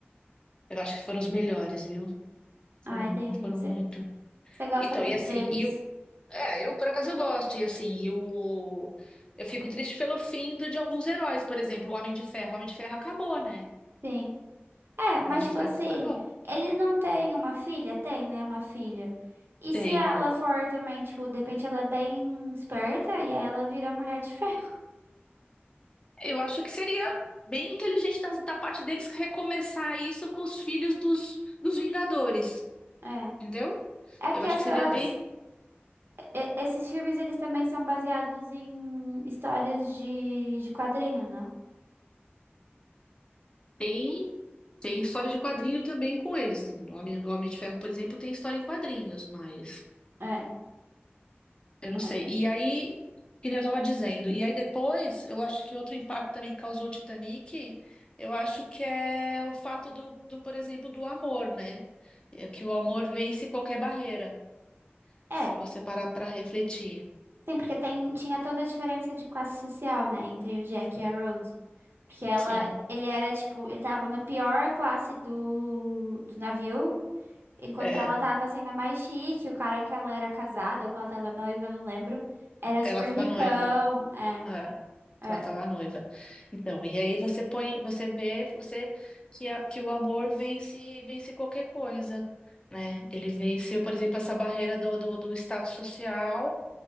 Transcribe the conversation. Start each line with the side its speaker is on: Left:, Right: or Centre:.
Left: eu acho que foram os melhores, viu?
Right: Ah,
Left: Foram,
Right: entendi.
Left: foram
Right: Você
Left: muito.
Right: gosta
Left: Então,
Right: muito
Left: e assim,
Right: deles?
Left: e o, é, eu por acaso eu gosto, e assim, e o, eu fico triste pelo fim do, de alguns heróis, por exemplo, o Homem de Ferro. O Homem de Ferro acabou, né?
Right: Sim. É,
Left: O
Right: mas,
Left: Homem de
Right: tipo
Left: Ferro
Right: assim,
Left: acabou.
Right: ele não tem uma filha? Tem, né? Uma filha. E
Left: Tem.
Right: se ela for também, tipo, de repente ela é bem esperta e aí ela vira Mulher de Ferro?
Left: Eu acho que seria bem inteligente da, da parte deles recomeçar isso com os filhos dos, dos Vingadores,
Right: <laughs> É.
Left: entendeu?
Right: É
Left: Eu
Right: que
Left: acho
Right: essas
Left: que seria bem.
Right: E- esses filmes, eles também são baseados em histórias de, de quadrinho, não?
Left: Tem, tem história de quadrinho também com eles. O Homem, o Homem de Ferro, por exemplo, tem história em quadrinhos, mas
Right: É,
Left: eu não sei.
Right: é.
Left: E aí, que nem eu estava dizendo, e aí depois, eu acho que outro impacto também que causou o Titanic, eu acho que é o fato do, do, por exemplo, do amor, né? É que o amor vence qualquer barreira,
Right: É,
Left: se você parar para refletir.
Right: sim, porque tem, tinha toda a diferença de classe social, né, entre o Jack e a Rose. Porque ela,
Left: Sim.
Right: ele era, tipo, ele tava na pior classe do, do navio, enquanto
Left: É,
Right: ela tava sendo a mais chique, o cara que ela era casada, ou que ela tava noiva, eu não lembro, era super
Left: ela tava
Right: ricão.
Left: noiva.
Right: É,
Left: É,
Right: é,
Left: ela tava noiva. Então, e aí você põe, você vê, você que, a- que o amor vence, vence qualquer coisa, né? Ele venceu, por exemplo, essa barreira do, do, do status social.